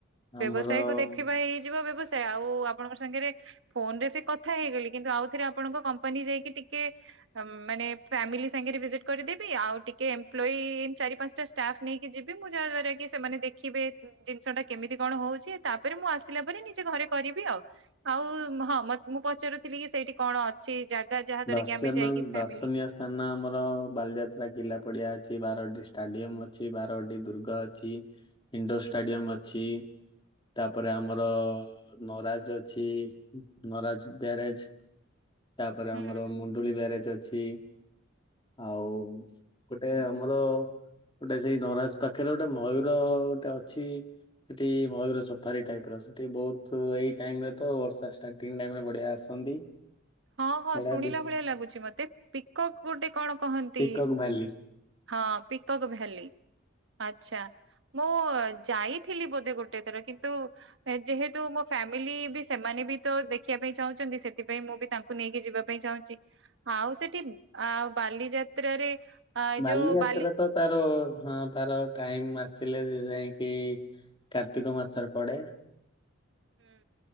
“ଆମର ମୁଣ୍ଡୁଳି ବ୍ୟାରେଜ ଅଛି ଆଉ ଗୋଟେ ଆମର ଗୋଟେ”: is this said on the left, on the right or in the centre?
Left